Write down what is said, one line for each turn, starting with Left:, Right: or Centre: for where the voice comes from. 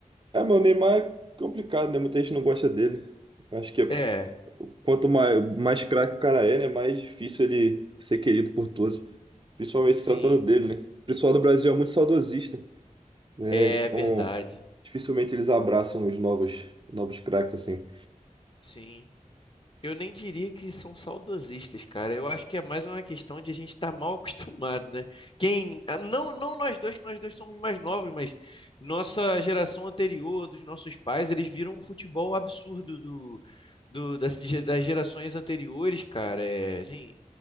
Right: É, meu, o Neymar é complicado, né? Muita gente não gosta dele. Acho que é
Left: É,
Right: Quanto mais, mais craque o cara é, né? Mais difícil ele ser querido por todos. Principalmente
Left: sim,
Right: se tratando dele, né? O pessoal do Brasil é muito saudosista, né?
Left: é
Right: Então,
Left: verdade,
Right: dificilmente eles abraçam os novos, novos craques assim.
Left: sim. Eu nem diria que são saudosistas, cara. Eu acho que é mais uma questão de a gente estar mal <laughs> acostumado, né? Quem, ah, não, não nós dois, que nós dois somos mais novos, mas nossa geração anterior, dos nossos pais, eles viram um futebol absurdo do, do das, ge- das gerações anteriores, cara. É, assim,